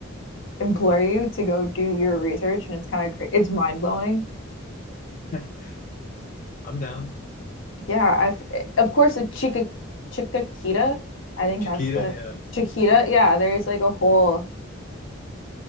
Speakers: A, on the left; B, on the left.
A: implore you to go do your research, and it's kind of cra- it's mind blowing.
B: <laughs> I'm down.
A: Yeah, I've of course the Chica Chiquita. I think
B: Chiquita,
A: that's the
B: yeah.
A: Chiquita. Yeah, there's like a whole